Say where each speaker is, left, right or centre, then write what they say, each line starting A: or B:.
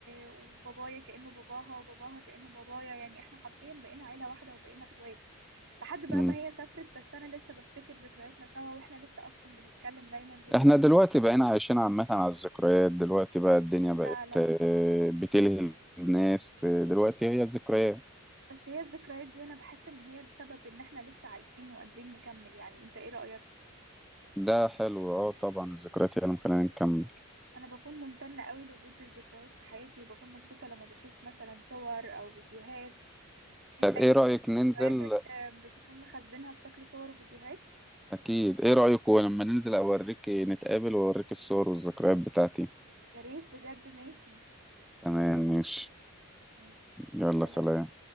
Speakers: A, on the right; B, in the centre.
A: وبابايا كانه باباها وباباها كانه بابايا يعني احنا حرفيا بقينا عيله واحده وبقينا اخوات لحد بقى
B: امم
A: ما هي سافرت بس انا لسه بفتكر ذكرياتنا سوا واحنا لسه اصلا بنتكلم دايما فيديو
B: احنا دلوقتي بقينا عايشين عامة على الذكريات دلوقتي بقى الدنيا بقت
A: فعلا
B: آه، بتلهي الناس آه، دلوقتي هي الذكريات
A: بس هي الذكريات دي انا بحس ان هي السبب ان احنا لسه عايشين وقادرين نكمل يعني انت ايه رايك
B: ده حلو اه طبعا الذكريات هي اللي مخلينا نكمل
A: انا بكون ممتنة قوي لوجود الذكريات في حياتي وبكون مبسوطة لما بشوف مثلا صور او فيديوهات انت
B: طب
A: اكيد
B: ايه رأيك
A: برضه
B: ننزل
A: ذكرياتك آم، بتكون مخزنها في شكل صور وفيديوهات
B: اكيد ايه رايك لما ننزل اوريك نتقابل واوريك الصور والذكريات بتاعتي
A: يا ريت بجد ماشي
B: تمام ماشي
A: ماشي
B: يلا
A: سلام
B: سلام